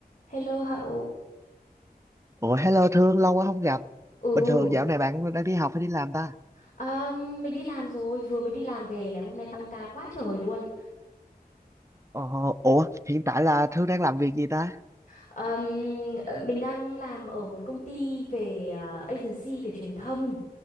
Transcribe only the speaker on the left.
Hello Hậu.
Ừ,
à, mình đi làm rồi, vừa mới đi làm về này, hôm nay tăng ca quá trời luôn.
Ờm, ờ, mình đang làm ở một công ty về ờ, agency về truyền thông